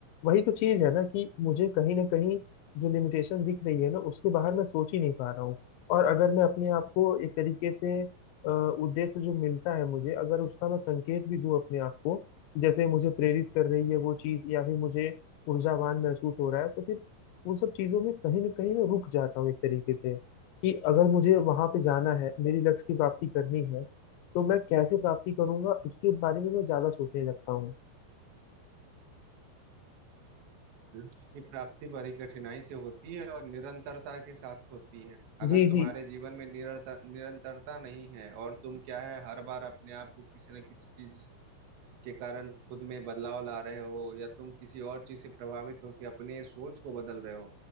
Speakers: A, on the left (about 80°); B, on the right (about 70°).
A: वही तो चीज है ना कि मुझे कहीं ना कहीं जो लिमिटेशन दिख रही है ना उससे बाहर मैं सोच ही नहीं पा रहा हूँ और अगर मैं अपने आप को एक तरीके से अ, उद्देश्य जो मिलता है मुझे अगर उसका मैं संकेत भी दूं अपने आप को कि जैसे मुझे प्रेरित कर रही है वो चीज या फिर मुझे ऊर्जावान महसूस हो रहा है तो फिर उन सब चीजों में कहीं ना कहीं मैं रुक जाता हूँ एक तरीके से कि अगर मुझे वहां पे जाना है मेरी लक्ष्य की प्राप्ति करनी है तो मैं कैसे प्राप्ति करूंगा उसके बारे में मैं ज्यादा सोचने लगता हूँ
B: लक्ष्य की प्राप्ति बड़ी कठिनाई से होती है और निरंतरता के साथ होती है अगर
A: जी
B: तुम्हारे
A: जी
B: जीवन में निरंतर निरंतरता नहीं है और तुम क्या है हर बार अपने आप को किसी न किसी चीज के कारण खुद में बदलाव ला रहे हो या तुम किसी और चीज से प्रभावित हो कि अपने सोच को बदल रहे हो